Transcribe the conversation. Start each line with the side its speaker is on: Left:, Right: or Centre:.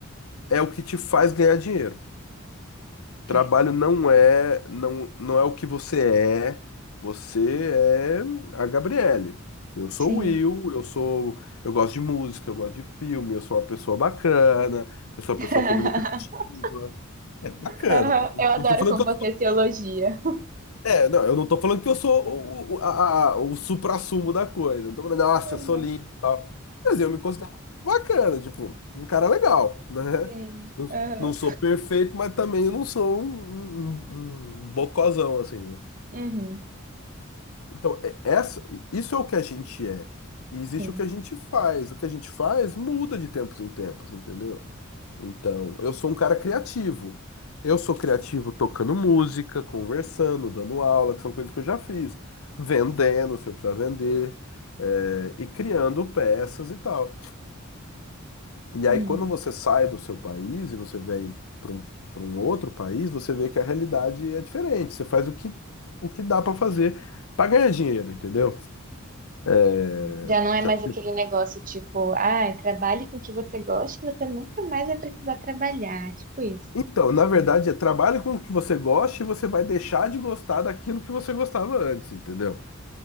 Left: é o que te faz ganhar dinheiro. Trabalho
Right: é,
Left: não é, não, não é o que você é. Você é a Gabriele. Eu sou
Right: sim.
Left: o Will, eu sou, eu gosto de música, eu gosto de filme, eu sou uma pessoa bacana, eu sou uma
Right: <laughs>
Left: pessoa comunicativa. É bacana,
Right: Aham,
Left: eu
Right: Eu adoro
Left: não tô falando
Right: como
Left: que
Right: você se elogia.
Left: É, não, eu não tô falando que eu sou o, o, a, a- o suprassumo da coisa. Não tô falando, nossa,
Right: Aham,
Left: eu sou lindo e tal. Mas eu me considero bacana, tipo, um cara legal, né?
Right: Sim.
Left: Não,
Right: Aham.
Left: não sou perfeito, mas também eu não sou um, um, um um bocozão, assim, né?
Right: Uhum,
Left: Então, é- essa, isso é o que a gente é. E existe
Right: sim.
Left: o que a gente faz. O que a gente faz muda de tempos em tempos, entendeu? Então, eu sou um cara criativo. Eu sou criativo tocando música, conversando, dando aula, que são coisas que eu já fiz. Vendendo, se eu precisar vender, eh, e criando peças e tal. E aí,
Right: Uhum.
Left: quando você sai do seu país e você vem para um, para um outro país, você vê que a realidade é diferente. Você faz o que, o que dá para fazer para ganhar dinheiro, entendeu? É,
Right: Já não é
Left: Já-
Right: mais aquele negócio tipo, ah, trabalhe com o que você gosta, que você nunca mais vai precisar trabalhar. Tipo isso.
Left: Então, na verdade, é trabalho com o que você gosta e você vai deixar de gostar daquilo que você gostava antes, entendeu?